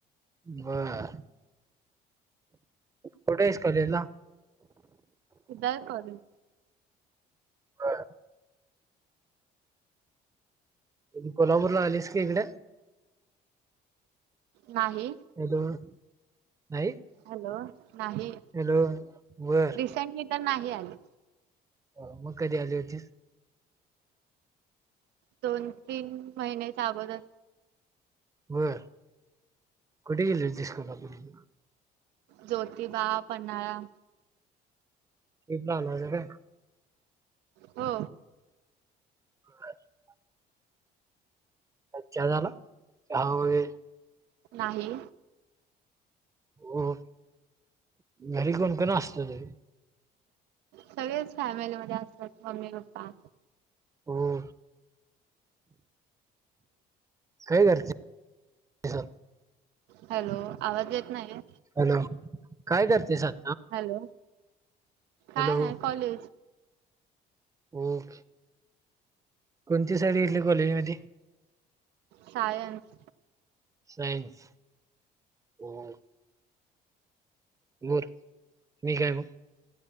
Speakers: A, on the right; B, on the right.
A: बरोबर कुठे आहेस कलेला
B: किधर कॉलेज?
A: बर कधी? कोल्हापूरला आलीस का इकडे?
B: नाही.
A: हॅलो नाही
B: हॅलो नाही
A: हॅलो.. बर..
B: रिसेंटली तर नाही आले
A: अ मग कधी आली होतीस?
B: दोन, तीन महिन्याच्या अगोदर
A: बर... कुठं गेली होतीच कोल्हापूरला
B: ज्योतिबा, पन्हाळा
A: हे ट्रिपला आला होतीस काय?
B: हो.
A: ह <inaudible> चहा झाला. चहा वैगेरे
B: नाही.
A: हो. घरी कोणकोण असतं तुझ्या?
B: सगळेच फॅमिलीमध्ये असतात. मम्मी, पप्पा
A: हो काय करते <unintelligible>
B: हॅलो आवाज येत नाही ए
A: हॅलो काय करते सांग?
B: हॅलो. काय
A: हॅलो
B: नाही कॉलेज?
A: ओके. कोणती साईड घेतली कॉलेज मध्ये?
B: सायन्स
A: सायन्स ओ. बर मी काय मग?